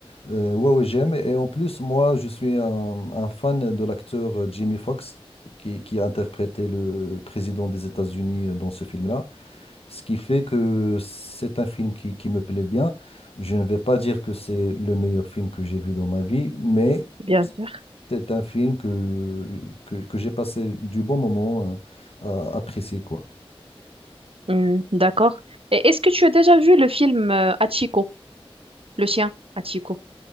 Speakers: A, on the left; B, on the right.
A: Euh, ouais, ouais, j'aime. Et en plus, moi, je suis un, un fan de l'acteur euh, Jamie Foxx, qui, qui a interprété le président des États-Unis euh, dans ce film-là. Ce qui fait que c'est un film qui qui me plaît bien. Je ne vais pas dire que c'est le meilleur film que j'ai vu dans ma vie, mais
B: Bien sûr.
A: c'est un film que, que, que j'ai passé du bon moment euh, à apprécier, quoi.
B: Hmm, d'accord. Et est-ce que tu as déjà vu le film euh, Hachiko? le chien, Atiko.